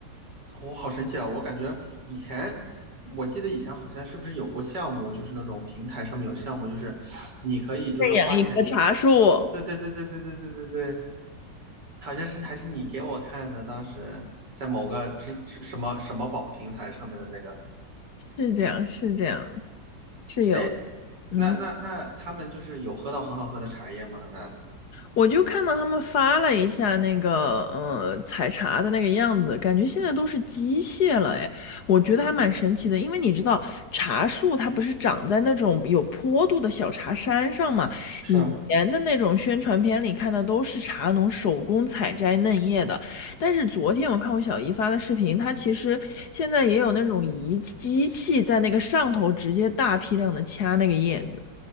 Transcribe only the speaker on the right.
我、好神奇啊！我感觉以前，我记得以前好像是不是有过项目，就是那种平台上面有项目，就是你可以就是花钱。
对对对对对对对对对，好像是还是你给我看的，当时在某个支支什么什么宝平台上面的那个。
哎，
那那那他们就是有喝到很好喝的茶叶吗？那
是啊。